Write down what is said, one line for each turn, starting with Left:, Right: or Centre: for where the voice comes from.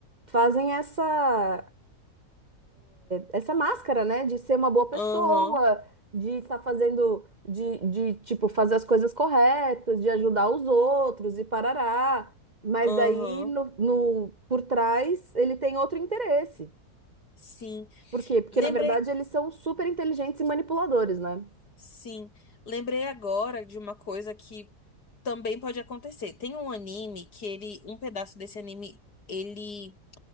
Right: fazem essa. essa máscara, né? De ser uma boa pessoa,
Left: Aham,
Right: de estar fazendo, de, de, tipo, fazer as coisas corretas, de ajudar os outros e parará. Mas
Left: aham,
Right: daí, no, no- por trás, ele tem outro interesse.
Left: sim.
Right: Por quê? Porque,
Left: Lembrei,
Right: na verdade, eles são super inteligentes e manipuladores, né?
Left: sim, lembrei agora de uma coisa que também pode acontecer. Tem um anime que ele, um pedaço desse anime, ele